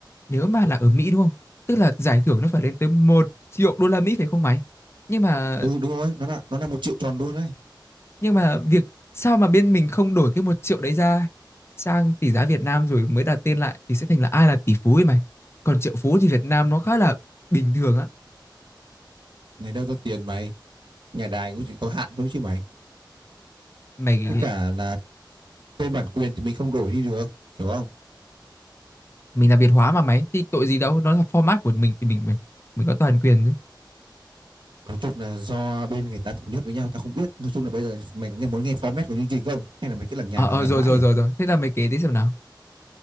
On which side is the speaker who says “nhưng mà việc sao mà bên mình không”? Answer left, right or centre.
Left